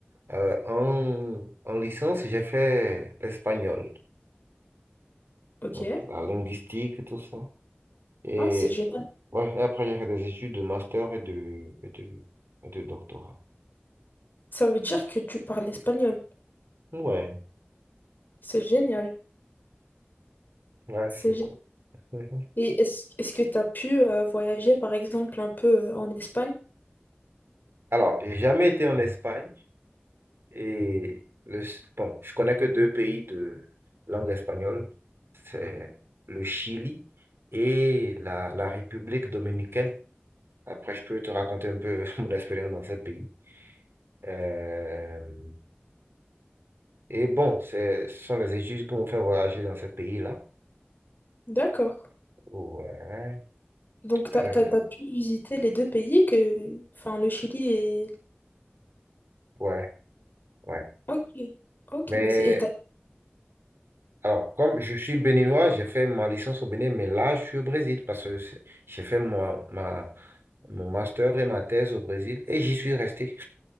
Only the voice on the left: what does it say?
Ok.
Ah, c'est génial.
Ça veut dire que tu parles espagnol.
C'est génial.
C'est
Et est-ce est-ce que tu as pu euh, voyager, par exemple, un peu euh, en Espagne?
D'accord.
Donc, tu
as, pu visiter les deux pays que... Enfin, le Chili et...
Ok. Ok,
bah c'est... Et t'as...